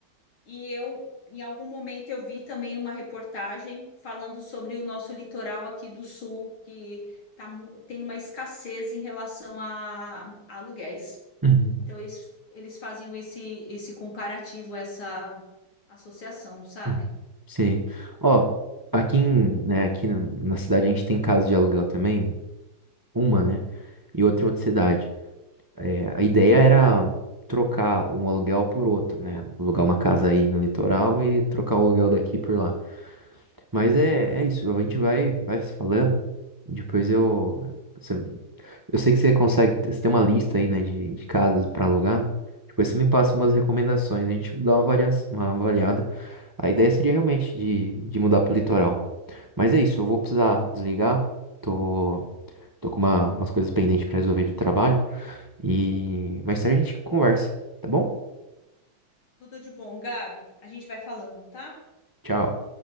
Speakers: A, on the left (about 85°); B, on the right (about 35°).
A: e eu em algum momento eu vi também uma reportagem falando sobre o nosso litoral aqui do sul, que tá mu- tem uma escassez em relação a, a aluguéis.
B: uhum,
A: Então, eles, eles faziam esse, esse comparativo, essa associação, sabe?
B: uhum. Sim. Ó, aqui, em- né, aqui na na cidade a gente tem casa de aluguel também, uma, né? E outra em outra cidade. É, a ideia era trocar um aluguel por outro, né? Alugar uma casa aí no litoral e trocar o aluguel daqui por lá. Mas
A: Sim.
B: é, é isso, a gente vai, vai se falando. Depois eu, você Eu sei que você consegue, você tem uma lista aí, né, de, de casas pra alugar. Depois você me passa umas recomendações, a gente dá uma avalia, uma avaliada. A ideia seria realmente de, de mudar pro litoral. Mas é isso, eu vou precisar desligar. Tô, tô com uma- umas coisas pendentes pra resolver do trabalho. E mais tarde a gente conversa, tá bom?
A: Tudo de bom, Gabi. A gente vai falando, tá?
B: Tchau.